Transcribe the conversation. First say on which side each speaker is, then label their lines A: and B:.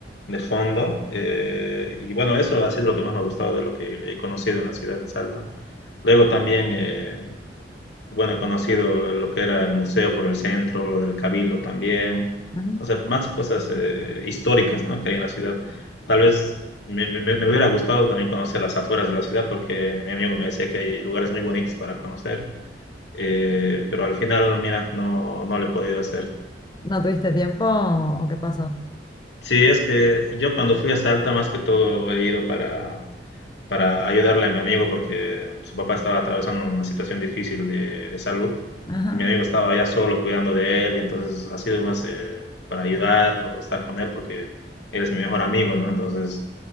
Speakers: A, on the left; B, on the left.
A: de fondo. eh, y bueno, eso ha sido lo que más me ha gustado de lo que he conocido en la ciudad en Salta. Luego también eh, bueno, he conocido lo que era el museo por el centro, lo del Cabildo también,
B: ajá.
A: o sea, más cosas eh, históricas, ¿no? que hay en la ciudad. Tal vez me, me- me hubiera gustado también conocer las afueras de la ciudad, porque mi amigo me decía que hay lugares muy bonitos para conocer, eh, pero al final, mira, no, no lo he podido hacer.
B: ¿No tuviste tiempo o, qué pasó?
A: Sí, es que yo cuando fui a Salta, más que todo, he ido para, para ayudarle a mi amigo porque su papá estaba atravesando una situación difícil de, de salud
B: Ajá.
A: y mi amigo estaba ya solo cuidando de él y entonces ha sido más eh, para ayudarlo, estar con él porque él es mi mejor amigo, ¿no? Entonces,